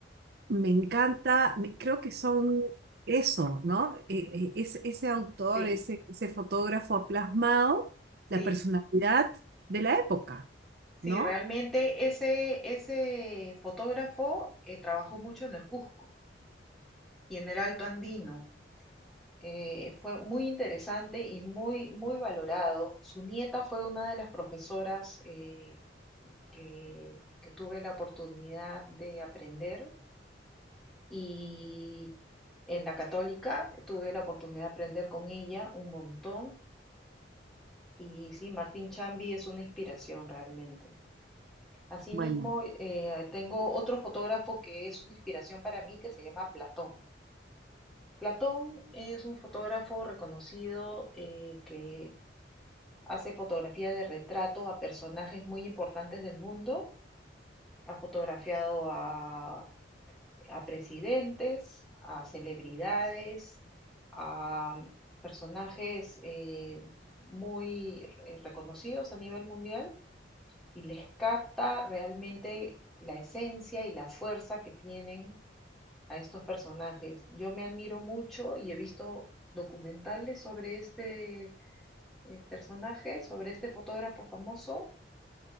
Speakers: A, on the right (about 60°); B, in the centre.
A: me encanta, me- creo que son eso, ¿no? Eh, eh, es- ese autor,
B: Sí,
A: ese, ese fotógrafo ha plasmado
B: sí,
A: la personalidad de la época,
B: Sí,
A: ¿no?
B: realmente ese, ese fotógrafo eh, trabajó mucho en el Cusco y en el Alto Andino. Eh, fue muy interesante y muy, muy valorado. Su nieta fue una de las profesoras eh, que, que tuve la oportunidad de aprender y en la Católica tuve la oportunidad de aprender con ella un montón. Y sí, Martín Chambi es una inspiración realmente. Asimismo,
A: Bueno.
B: eh, tengo otro fotógrafo que es una inspiración para mí que se llama Platón. Platón es un fotógrafo reconocido eh, que hace fotografía de retrato a personajes muy importantes del mundo. Ha fotografiado a, a presidentes, a celebridades, a personajes eh, muy eh, reconocidos a nivel mundial y les capta realmente la esencia y la fuerza que tienen a estos personajes. Yo me admiro mucho y he visto documentales sobre este eh, personaje, sobre este fotógrafo famoso